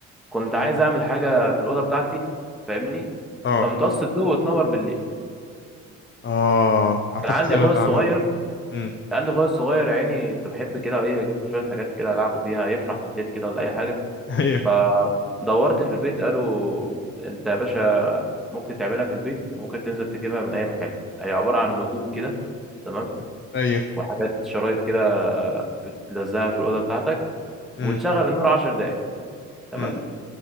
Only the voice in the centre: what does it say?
كنت عايز اعمل حاجه في الاوضه بتاعتي فاهمني
تمتص الضوء وتنور بالليل
كان عندي
اخويا الصغير
كان
عندي اخويا الصغير يا عيني كنت بحب كده ايه اجيب له شويه حاجات كده العبه بيها يفرح بالليل كده ولا اي حاجه
فدورت في البيت قالوا انت يا باشا ممكن تعملها في البيت وممكن تنزل تجيبها من اي محل هي عباره عن نجوم كده تمام
وحاجات شرايط كده بتلزقها في الأوضة بتاعتك
وتشغل النور عشر دقايق تمام